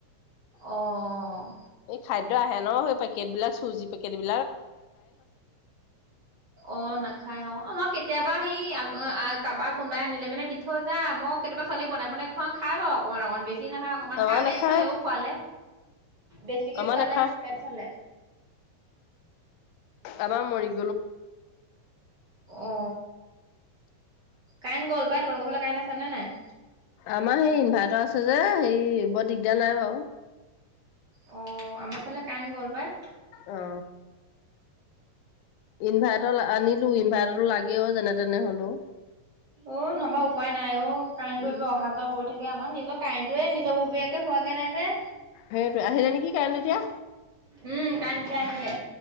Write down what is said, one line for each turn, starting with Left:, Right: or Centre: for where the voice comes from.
Right: অঁ অঁ
Left: এই খাদ্য আহে ন সেই পেকট বিলাক চুজি পেকেট বি-
Right: অ নাখায় অ আমাৰ কেতিয়াবা সি আগ অ কাৰোবাৰ কোনোবাই নিলে মানে দি থৈ যাই মই কেতিয়াবা ছোৱালী বনাই বনাই খুৱাওঁ খাই বাৰু অকণমান অকণমান বেছি নাখায় অকণমান
Left: আমাৰ
Right: খাই
Left: নাখায়
Right: পেট চলেও খোৱালে বেছিকে
Left: আমাৰ
Right: খুৱালে
Left: নাখায়
Right: পেট চালে
Left: আমাৰ মৰিগ
Right: অ কাইন গল্প তোমালোকৰ ফালে কাৰণে আছে নে নাই
Left: আমাৰ সেই ইনভাৰ্টাৰ আছে যে সেই বৰ দিগদাৰ নাই বাৰু
Right: অ আমাৰ ফালে কাৰেণ গ'ল পাই
Left: অ ইনভাৰ্টাৰ আনিলো ইনভাৰ্টাৰটো লাগেও যেনে তেনে হলেও
Right: অ নবা উপায় নাই অ কাৰেণ্টো
Left: উম,
Right: এইবাৰ অহা যোৱা কৰি থাকে আমাৰ নিজৰ কাৰেণ্টোয়ে নিজৰ ববীয়াকে হোৱাগে নাই যে
Left: সেই আহিলে নেকি কাৰেণ্টো এতিয়া
Right: উম কাৰেণ্টো এতিয়া আহিলে